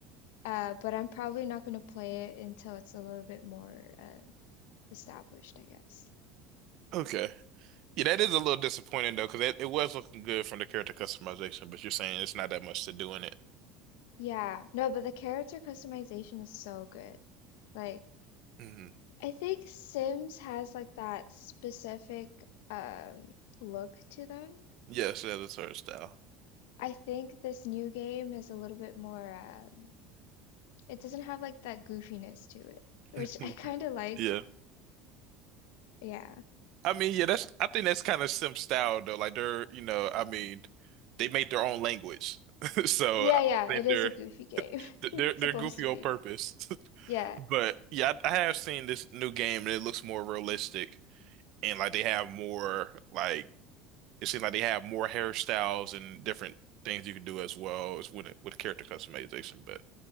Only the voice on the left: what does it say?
uh, but I'm probably not gonna play it until it's a little bit more uh, established, I guess.
Yeah. No, but the character customization is so good. Like,
I think Sims has like that specific um, look to them.
I think this new game is a little bit more uh, It doesn't have like that goofiness to it, which
I kind of like.
Yeah.
Yeah,
yeah,
it is
a goofy game. <laughs> It's
supposed
to
be.
Yeah.